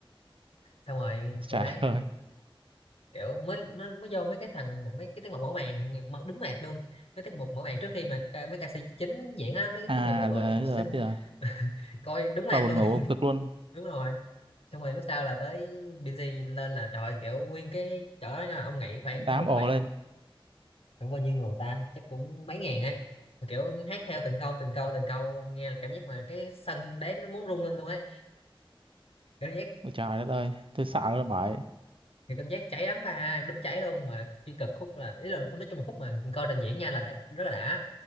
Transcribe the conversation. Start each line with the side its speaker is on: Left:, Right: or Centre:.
Left: xong rồi
Right: trời
Left: tôi thấy
Right: ơi.
Left: kiểu mới nó mới vô mấy cái thằng mấy cái tiết mục mở màn nghe- mở- đúng mệt luôn mấy tiết mục mở màn trước khi mà ca- mấy ca sĩ chính diễn á mấy cái
Right: À
Left: tiết mục của tụi
Right: là bây
Left: xin
Right: giờ bây giờ
Left: coi đúng mệt
Right: qua buồn
Left: luôn
Right: ngủ
Left: <laughs>
Right: cực luôn.
Left: đúng rồi xong rồi lúc sau là tới Binz lên là trời kiểu nguyên cái chỗ đó nha ông nghĩ khoảng
Right: Đám
Left: chắc cũng
Right: ồ
Left: khoảng
Right: lên.
Left: khoảng bao nhiêu người ta chắc cũng mấy ngàn ấy mà kiểu hát theo từng câu từng câu từng câu nghe là cảm giác mà cái sân đấy nó muốn rung lên luôn ấy cảm giác
Right: Ôi trời đất ơi, tôi sợ rồi bởi.
Left: thì cảm giác cháy lắm bà đúng cháy luôn mà chỉ cực khúc là ý là nói chung là khúc mà coi trình diễn nha là đã, rất là đã